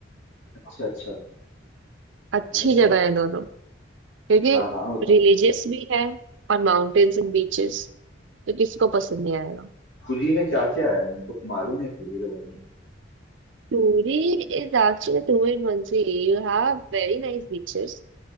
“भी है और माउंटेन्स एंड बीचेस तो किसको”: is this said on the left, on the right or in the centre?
Right